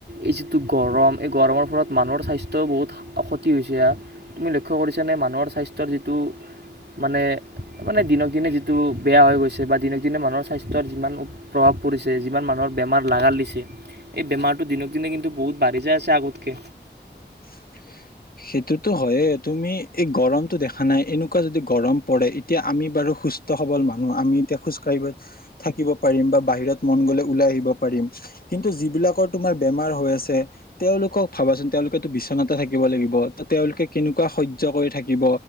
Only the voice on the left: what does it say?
<unintelligible> সেইটোতো হয়য়ে তুমি এই গৰমতটো দেখা নাই এনেকুৱা যদি গৰম পৰে এতিয়া আমি বাৰু। সুস্থ সবল মানুহ আমি এতিয়া খোজ কাঢ়িব থাকিব পাৰিম বা বাহিৰত মন গ'লে ওলাই আহিব পাৰিম। কিন্তু যিবিলাকৰ তোমাৰ বেমাৰ হৈ আছে তেওঁলোকক ভাবাচোন তেওঁলোকেতো বিচনা থাকিব লাগিব। তেওঁলোকে কেনেকুৱা শৈৰ্য কৰি থাকিব